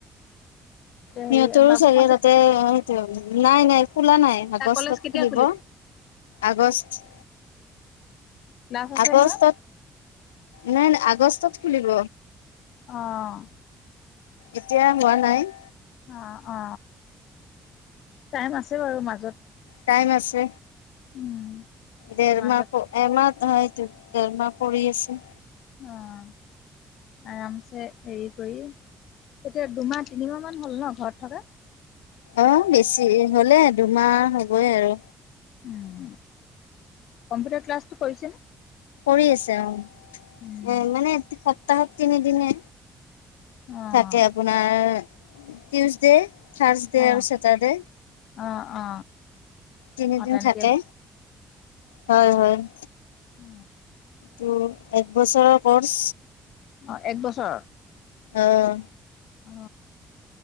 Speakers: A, on the left (about 80°); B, on the left (about 60°).
A: সিহঁতৰো
B: হেৰি বাবু
A: চাগে
B: কলেজ
A: তাতে সটো নাই নাই খোলা নাই আগষ্টত
B: তাৰ কলেজ কেতিয়া
A: খুলিব আগষ্ট
B: ক্লাছ আছে
A: আগাত
B: নহয়?
A: নাই ন? আগষ্টত খুলিব
B: আহ।
A: এতিয়া হোৱা নাই।
B: অ অ টাইম আছে বাৰু মাজত।
A: টাইম আছে
B: উম তাৰপিছত
A: দেৰা
B: মাজত
A: এম হয় ৰমাহ কৰি আছে।
B: অ আৰামছে হেৰি কৰি এতিয়া দুমাহ তিনিমাহ মান হ'ল ন ঘৰত থকা
A: অ বেছি হলে দুমাহ হ'বই আৰু
B: উ কম্পিউটাৰ ক্লাছটো কৰিছেনে?
A: কৰি আছে অ
B: উম,
A: এ মানে স্তাহত তিনি দিনে?
B: অ'।
A: থাকে আপোনাৰ টউজডে খাৰছ
B: অ',
A: দেয় আৰু চততে
B: অ অ
A: তিনিদিন
B: অ', তেনেকে
A: থাকে হয় হয় ।
B: উ
A: ত এক বছৰৰ কৰ্চ
B: অ এক বছৰ
A: আহ।
B: অ।